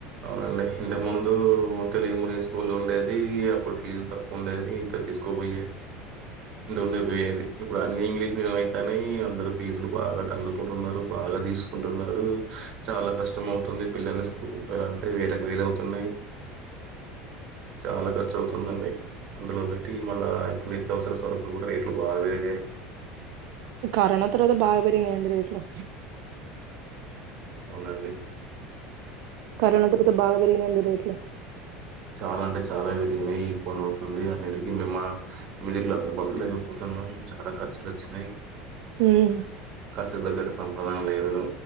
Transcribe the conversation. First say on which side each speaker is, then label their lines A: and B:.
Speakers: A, on the right; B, on the right.
A: అవునండి ఇంతకముందు తెలుగు మీడియం స్కూల్ ఉండేది అప్పుడు ఫీజులు తక్కువ ఉండేది ఇంత ఛ తీస్కు పోయిే ఇంతండే వేది ఇప్పుడు అన్ని ఇంగ్లీష్ మీడియం అయితాన్నాయి అందరు ఫీజులు బాగా తన్నుకుంటున్నారు బాగా బాగా తీసుకుంటున్నారు చాలా కష్టం అవుతుంది పిల్లల స్కూల్ ఎలా అంటే వేళకి వే చాలా ఖర్చవుతుందండి అందులో పెట్టి మళ్ళా ఎప్పుడు నిత్యవసర సరకులు కూడా రేట్లు బాగా పెరిగాయి
B: కరోనా తరువాత బాగా పెరిగినాయి అండి రేట్లు
A: అవునండి
B: కరోనా తరువతా భాగా పెరిగినాయి అండి రేట్లు
A: చాలా అంటే చాలా విరిగినయి ఇబ్బంది అవుతుంది అన్నిటికి మేమ్ మా మిడి క్లాసులు బతకలేకపోతున్నా మనం చాలా ఖర్చులు వచ్చినాయి
B: ఉమ్
A: ఖర్చుకు దగ్గట సంపాదన లేదు